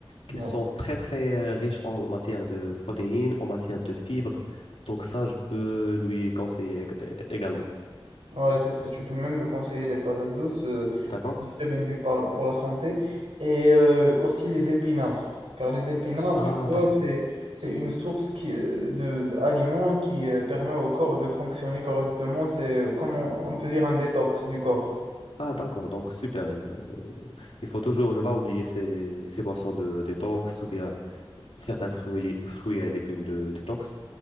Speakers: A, on the left; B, on the right.
A: qui
B: ouais.
A: sont très, très euh, riches en matière de protéines, en matière de fibres. Donc, ça, je peux lui conseiller ég- é- également.
B: Ouais, c'est ça. Tu peux même le conseiller, les patates douces. euh,
A: D'accord?
B: c'est très bénéfique par- pour la santé. Et euh, aussi les épinards. Car les épinards,
A: Ah,
B: tu vois,
A: d'accord.
B: c'est, c'est une source qui, euh, de, d'aliments qui euh, permet au corps de fonctionner correctement. C'est, euh, comme on, on peut dire, un détox du corps,
A: Ah, d'accord. Donc, super. Euh, Il faut toujours ne pas oublier ces, ces boissons de détox ou bien certains fruits, et lé- fruits et légumes de détox.